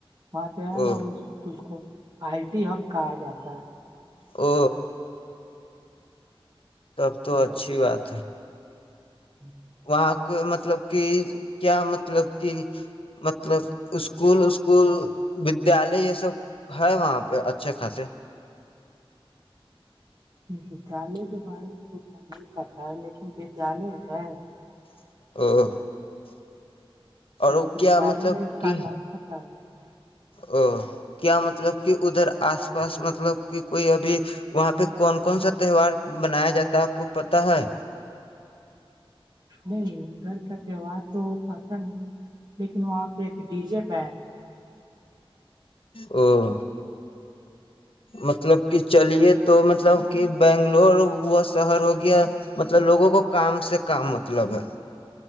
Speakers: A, on the right (about 45°); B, on the left (about 70°).
A: وہاںات ہے
B: او
A: نا اس اس کو سلامت آئی ڈٹی ہب کہا جاتا ہے
B: او تب تو
A: ادھر
B: اچھی بات ہے
A: <inaudible>
B: وہاں مطلب کہ کیا مطلب کہ مطلب اسکول اسسکول ودیالے یہ سب ہے وہاں پہ اچھے خاصے
A: ودیالیہ کے بارے میں کچھ نہیں پتا ہے لیکن ودیالیہ ہے
B: <inaudible> اور
A: یہ
B: وہ
A: ودیالیہ
B: کیا مطلب
A: میں ایک
B: کہ
A: کرناٹک پرارمب تھا
B: او کیا مطلب کہ ادھر آس پاس مطلب کہ کوئی ابھی وہاں پہ کون کون سا تہوار منایا جاتا ہے آپ کو پتا ہے
A: نہیں گھر کا تہوار تو پتا نہیں لیکن وہاں پہ ایک ڈی جے پہ
B: او <inaudible> مطلب کہ چلیے تو مطلب کہ بنگلور وہا شہر ہو گیا مطلب لوگوں کو کام سے کام مطلب ہے